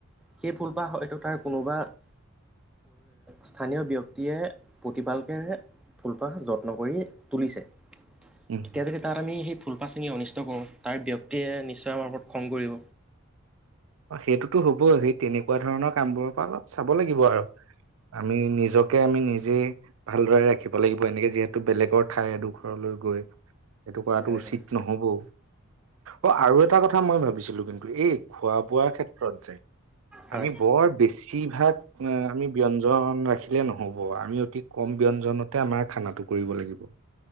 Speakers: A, in the centre; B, on the right.
A: সেই ফুলপাহ হয়তো তাৰ কোনোবা স্থানীয় ব্যক্তিয়ে প্ৰতিপালকে ফুলপাহ যত্ন কৰি তুলিছে।
B: উম,
A: এতিয়া যদি তাত আমি সেই ফুলপা চেঙি অনিষ্ট কৰোঁ। তাৰ ব্যক্তিয়ে নিশ্চয় আমাৰ ওপৰত খং কৰিব।
B: সেইটোতো হবই সি তেনেকুৱা ধৰণৰ কামবোৰৰ পৰা অলপ চাব লাগিব আৰু, আমি নিজকে আমি নিজেই ভালদৰে ৰাখিব লাগিব। এনেকে যিহেতু বেলেগৰ ঠাই এডোখৰলৈ গৈ এইটো কৰাটো
A: হয়
B: উচিত
A: হয়
B: নহবও। অ, আৰু এটা কথা মই ভাবিছিলো কিন্তু এই খোৱা বোৱাৰ ক্ষেত্ৰত যায়।
A: হয়
B: আমি বৰ বেছিভাগ আমি ব্যয়ঞ্জন ৰাখি ৰাখিলে নহ'ব আমি অতি কম ব্যঞ্জনতে আমাৰ খানাটো কৰিব লাগিব